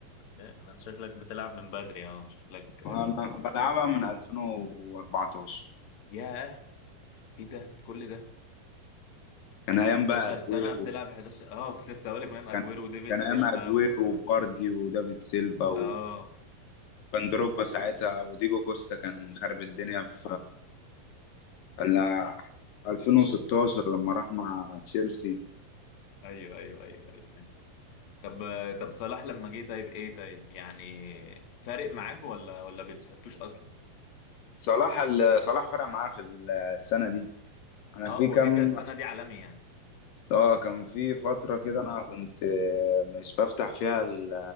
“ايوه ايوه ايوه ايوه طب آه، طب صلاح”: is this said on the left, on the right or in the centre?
Left